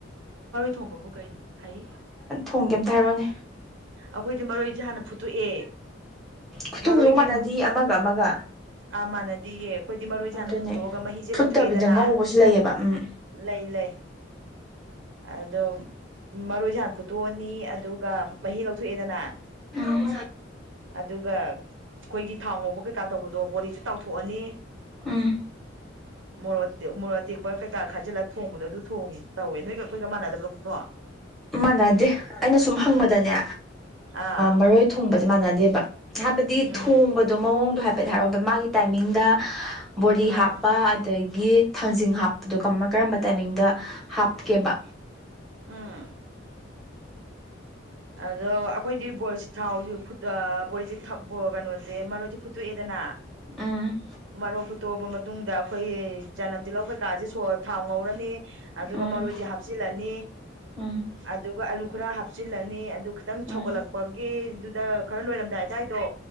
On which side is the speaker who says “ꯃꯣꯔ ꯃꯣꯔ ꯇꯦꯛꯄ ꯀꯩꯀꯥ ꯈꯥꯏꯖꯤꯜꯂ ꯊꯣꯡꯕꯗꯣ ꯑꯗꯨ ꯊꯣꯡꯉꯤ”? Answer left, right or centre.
Right